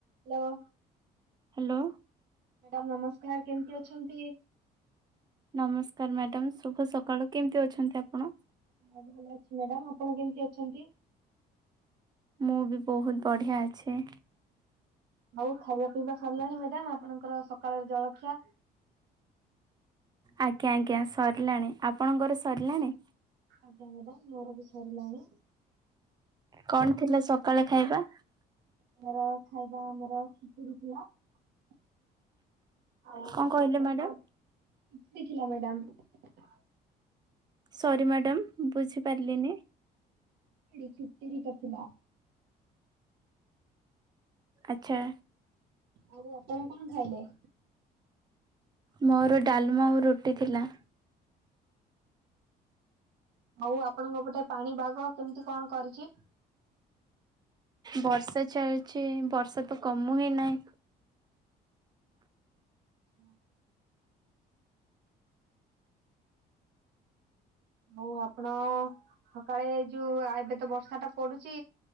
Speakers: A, on the right; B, on the right.
A: Hello.
B: Hello.
A: Madam ନମସ୍କାର କେମିତି ଅଛନ୍ତି?
B: ନମସ୍କାର ମ୍ୟାଡାମ ଶୁଭ ସକାଳ କେମିତି ଅଛନ୍ତି ଆପଣ?
A: ମୁଁ ଭଲ ଅଛି ମ୍ୟାଡାମ ଆପଣ କେମିତି ଅଛନ୍ତି?
B: ମୁଁ ବି ବହୁତ ବଢିଆ ଅଛି।
A: ଆଉ ଖାଇବା ପିଇବା ସରିଲାଣି ମ୍ୟାଡାମ ଆପଣଙ୍କର ସକାଳର ଜଳଖିଆ।
B: ଆଜ୍ଞା ଆଜ୍ଞା ସରିଲାଣି ଆପଣଙ୍କର ସରିଲାଣି?
A: ଆଜ୍ଞା ମ୍ୟାଡାମ ମୋର ବି ସରିଲାଣି।
B: କଣ ଥିଲା ସକାଳେ ଖାଇବା?
A: ଆମର ଖାଇବା ଆମର ଖିଚୁଡ଼ି ଥିଲା। <unintelligible> ଆଉ
B: କଣ
A: ଆପଣଙ୍କର
B: କହିଲେ ମ୍ୟାଡାମ?
A: କଣ? ଖିଚୁଡି ଥିଲା ମ୍ୟାଡାମ।
B: ସରି ମ୍ୟାଡ଼ାମ ବୁଝିପାରିଲିନି।
A: ଖିଚିଡି ଟା ଥିଲା।
B: ଆଚ୍ଛା।
A: ଆଉ ଆପଣ କଣ ଖାଇଲେ?
B: ମୋର ଡାଲମା ଆଉ ରୁଟି ଥିଲା।
A: ଆଉ ଆପଣଙ୍କ ପଟେ ପାଣି ପାଗ କେମିତି କଣ କରିଛି?
B: ବର୍ଷା ଚାଲିଚି ବର୍ଷା ତ କମୁ ହିଁ ନାହିଁ।
A: ହଁ। ହଉ ଆପଣ ସକାଳେ ଯୋଉ <unintelligible> ତ ବର୍ଷା ଟା ପଡୁଛି।